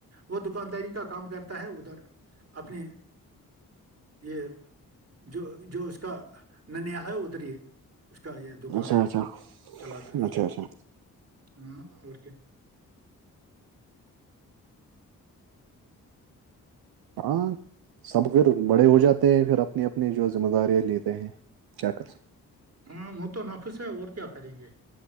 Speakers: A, on the right; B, on the right.
A: وہ دکانداری کا کام کرتا ہے ادھر اپنے یہ جو جو اس کا ننیالہ ہے اتری ہے اس کا یہ دکان
B: اچھا
A: ہے
B: اچھا
A: چلاتا ہے
B: اچھا اچھا
A: ہاں اور کیا
B: ہاں سب پھر بڑے ہو جاتے ہیں پھر اپنی اپنی جو ذمہ داریاں لیتے ہیں کیا کر
A: ہاں وہ تو نافس ہے اور کیا کریں گے